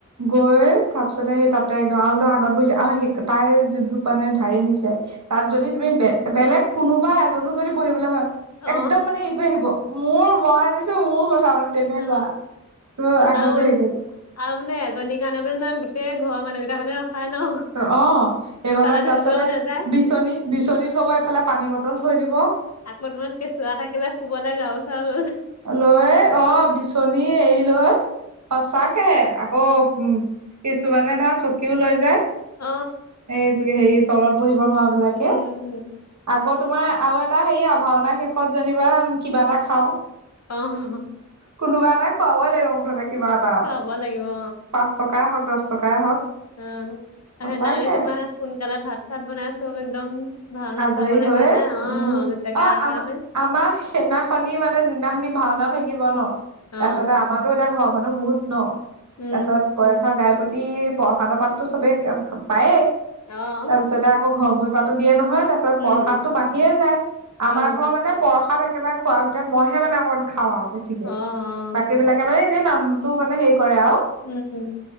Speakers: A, on the right (about 70°); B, on the left (about 60°).
A: গৈ তাৰপিছতে সেই তাতে একদম আৰু। আগত বহিছে তাইৰ যোনটো মানে ধঢাৰি নিছে তাত
B: অ
A: যদি তুমি বে বেলেগ। কোনোবা এজনো যদি বহিবলৈ হয়
B: অ
A: এক্দম মানে হেৰি কৰিে আহিব মোৰ মই আনিছো মোৰ। কথা মানে তেনেকুৱা
B: অ
A: ত'। আগতে
B: আৰু মানে
A: হেৰি কৰিব
B: আৰু মানে এজনীৰ কাৰণে মানে নহয় গোটেই ঘৰৰ মানুহকেইটাৰ কাৰণে ৰখাই ন।
A: অ সেইখনণত
B: ইফালে ঠেলিলেও
A: তাৰপিছতে
B: নাযায়
A: বিচনী বিচনী থব এইফালে পানী বটল থৈ দিব।
B: আকৌমান কেঁচুৱা থাকিলে শুবলৈ গাৰো চাৰু লৈ যাওঁ।
A: লয় অ। বিচনী এৰি লয়ই সচাকে আকৌ উম। কিছুমানে ধৰা চকীও লৈ যায়
B: অ
A: এই হেৰি তলত। বহিব নোৱাৰা বিলাকে
B: উম উম
A: আগত। তোমাৰ আৰু এটা হেৰি আৰু ভাওনা শেষত যেনিবা কিবা এটা খাও।
B: অ সহ।
A: কোনোবা এটাই খুৱাবই লাগিব মুঠতে কিবা এটা আৰু
B: খুৱাব লাগিব অ
A: পাঁচ টকাই হওক দহ টকাই হওক।
B: অ সেইনা
A: সঁচাকে।
B: তোমাৰ সোনকালে ভাত ভাত বনাইছো একদম। ভাওনা
A: আজৰি
B: চাবলে
A: হৈ
B: কাৰণে অ
A: উম
B: জেগাৰ
A: অ
B: কাৰণে
A: আম আমাৰ সেইনাখনি মানে যোনদিনাখনি। ভাওনা থাকিব ন
B: অ',
A: তাৰপিছতে আমাৰো এতিয়া ঘৰ মানুহ বহুত। ন
B: উম,
A: তাৰ পিছত পৰঠা গাই প্ৰতি প্ৰসাদৰ পাততো চবে পায়েই।
B: অ',
A: তাৰ পিছতে আকৌ ঘৰমূৰি পাতো দিয়ে নহয়। তাৰ পিছত
B: উম,
A: প্ৰসাদতো বাঢিয়ে যায়
B: অ',
A: আমাৰ ঘৰ মানে প্ৰসাদ। একেবাৰে খোৱাৰ ভিতৰত মইহে মানে অকমান খাওঁ আৰু বেছিকে
B: অ', অ',
A: বাকী বিলাকে মানে এনেই নামটো মানে হে। কৰে আৰু
B: উম,